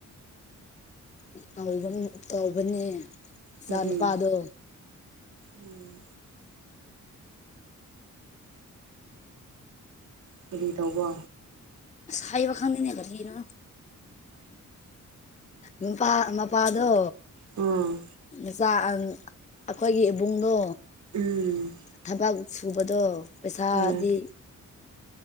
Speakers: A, on the left; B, on the right.
A: ꯎꯝ ꯇꯧꯕꯅꯦ ꯇꯧꯕꯅꯦ ꯏꯆꯥ
B: ꯀꯔꯤ
A: ꯅꯨꯄꯥꯗꯣ
B: ꯎꯝ ꯀꯔꯤ ꯇꯧꯕ
A: ꯁꯥꯏꯕ ꯈꯪꯗꯅꯦꯒꯒꯤꯅ ꯃꯄꯥ ꯃꯄꯥꯗꯣ
B: ꯎꯝ
A: ꯃꯆꯥ ꯑꯩꯈꯣꯏꯒꯤ ꯏꯕꯨꯡꯗꯣ
B: ꯎꯝ
A: ꯊꯕꯛ ꯁꯨꯕꯗꯣ ꯄꯩꯁꯥꯗꯤ
B: ꯎꯝ